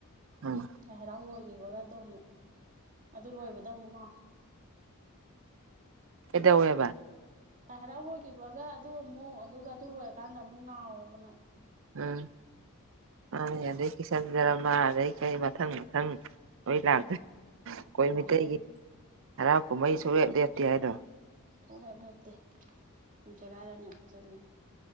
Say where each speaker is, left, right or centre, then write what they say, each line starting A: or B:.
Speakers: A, on the right (about 60°); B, on the right (about 35°).
A: ꯎꯝ
B: ꯂꯥꯏ ꯍꯔꯥꯎꯕ ꯑꯣꯏꯈꯤꯕꯒ ꯑꯗꯨꯝꯨꯛ ꯑꯗꯨ ꯂꯣꯏꯕꯗ ꯑꯃꯨꯛ ꯉꯥꯎ
A: ꯀꯗꯎ ꯑꯦꯕ
B: ꯇꯥꯏ ꯍꯔꯥꯎ ꯂꯣꯏꯈꯤꯕꯒ ꯑꯗꯨ ꯑꯃꯨꯛ ꯑꯗꯨꯒ ꯑꯗꯨ ꯂꯣꯏꯔꯀꯥꯟꯗ ꯑꯃꯨꯛ ꯅꯥꯥꯎꯕꯅ
A: ꯎꯝ ꯃꯥꯅꯦ ꯑꯗꯩ ꯀꯆꯟꯖꯔꯃꯥ ꯑꯗꯩ ꯀꯩ ꯃꯊꯪ ꯃꯊꯪ ꯅꯣꯏ ꯂꯥꯛꯇꯦ
B: ꯎꯝ
A: ꯑꯩꯈꯣꯏ
B: ꯂꯥꯛꯇꯣꯏꯅꯤ
A: ꯃꯤꯇꯩꯒꯤ ꯍꯔꯥꯎ ꯀꯨꯝꯍꯩ ꯁꯨꯡꯂꯦꯞ ꯂꯦꯞꯇꯦ ꯍꯥꯏꯗꯣ
B: ꯊꯣꯛꯂꯛꯦꯞ ꯂꯦꯞꯇꯦ ꯁꯨꯝ ꯁꯦꯒꯥꯏꯔꯅꯦ ꯄꯣꯠꯆꯠꯂꯤꯅꯦ